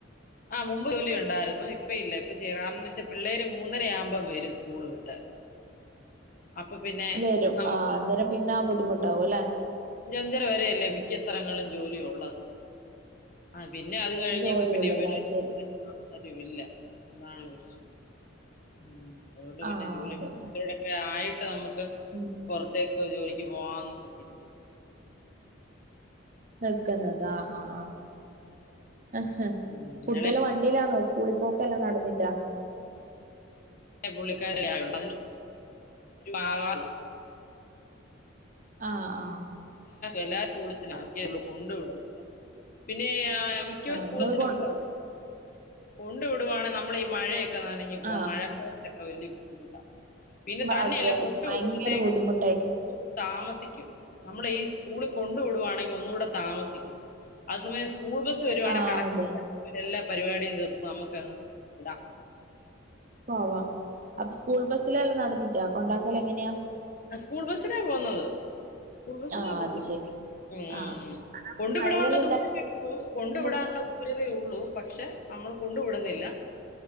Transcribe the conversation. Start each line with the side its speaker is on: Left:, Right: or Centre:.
Left: ആ മുമ്പ് ജോലി ഒണ്ടായ് ന്നു ഇപ്പ ഇല്ല ഇപ്പ ചെയ കാരണംന്ന് വെച്ചാ പിള്ളേര് മൂന്നര ആകുമ്പം വരും സ്കൂള് വിട്ട് അപ്പൊ പിന്നെ
Right: വരും
Left: നമുക്ക്
Right: ആ അന്നേരം പിന്നെ ആ ബുദ്ധിമുട്ടാവും അല്ലെ
Left: അഞ്ചഞ്ചര വരെ അല്ലേ മിക്ക സ്ഥലങ്ങളിലും ജോലി ഒള്ളത് പിന്നെ അത് കഴിഞ്ഞക്കെ
Right: ജോലി
Left: പിന്നെ
Right: ഉള്ളത്
Left: വരെ
Right: ആ ശരി
Left: തീല്ല അതാണ് കുറിച്ച് ഉം അതുകൊണ്ട് പിന്നെ
Right: ആ
Left: ജോലി
Right: അതന്നെ
Left: കൊറച്ചുടൊക്കെ ആയിട്ട് <unintelligible>
Right: ഉം
Left: പൊറത്തേക്ക് ജോലിക്ക് പോവാന്ന് വെച്ചിരിക്കാര്ന്നു
Right: നിക്കുന്നത് ആ ആ ആ അഹാ
Left: ഉം
Right: കുട്ടികള്
Left: ഇളയ
Right: വണ്ടിയിലാന്നോ സ്കൂളി പോക്കെല്ലാം നടന്നിട്ടാ
Left: പുള്ളിക്കാരി ആയുള്ളൂ അതിന് ആഹ്
Right: ആ ആ
Left: എല്ലാ സ്കൂള്സിനും ആക്കി കൊണ്ടു വിടും പിന്നെ ആ ആ മിക്ക സ്കൂൾസിനും
Right: നിങ്ങള് കൊ
Left: ഇപ്പോണ്ട് കൊണ്ടു വിടുകാണ് നമ്മൾ ഈ മഴയെ ഒക്കെ നനഞ്ഞു പോവും
Right: ആ
Left: മഴക്കോട്ടൊക്കെ വലിയബു ബുദ്ധിമുട്ടാ പിന്നെ തന്നെയല്ല
Right: അതെ അതെ
Left: കൊണ്ട്
Right: ഭയങ്കര
Left: വിടുമ്പോത്തേക്ക്
Right: ബുദ്ധിമുട്ടായി
Left: താമസ തിക്കും നമ്മള് ഈ സ്കൂളി കൊണ്ടു വിടുവാണെങ്കി ഒന്നൂടെ താമസിക്കും ആ സമയം സ് സ്കൂൾ ബസ് വരുവാണെ
Right: ആ
Left: കറക്റ്റ്
Right: അതെ
Left: എല്ലാ പരിപാടിയും തീർത്തു നമുക്കങ്ങ് ഇടാം
Right: പോവാം അപ്പ സ്കൂൾ ബസ്സില എല്ലാ നടന്നിട്ട് കൊണ്ടാക്കല് എങ്ങനെയാ
Left: ആ സ്കൂൾ ബസിനാ പോന്നത് സ്കൂൾ ബസിനാ
Right: ആ
Left: വിടുന്നെ
Right: അത് ശരി
Left: ഉം ഉം
Right: ആ
Left: ഉം കൊണ്ടു
Right: മഴയെല്ലാം
Left: വിടാനുള്ള
Right: ഉണ്ടായ
Left: ദൂരവേ ഉള്ളൂ കൊണ്ടു
Right: ബുദ്ധിമുട്ട്
Left: വിടാനുള്ള ദൂരവേ ഉള്ളൂ പക്ഷെ നമ്മൾ കൊണ്ടു വിടുന്നില്ല